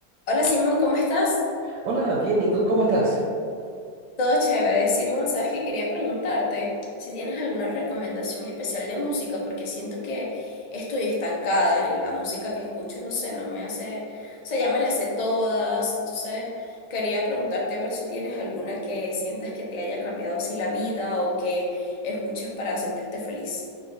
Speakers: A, on the left (about 50°); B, on the right (about 80°).
A: Hola Simón, ¿cómo estás?
B: Hola, bien, ¿y tú cómo estás?
A: Todo chévere. Simón, sabes que quería preguntarte si tienes alguna recomendación especial de música, porque siento que estoy estancada en la música que escucho, no sé, no me hace, o sea, ya me las sé todas, entonces quería preguntarte a ver si tienes alguna que sientas que te haya cambiado así la vida o que escuches para sentirte feliz.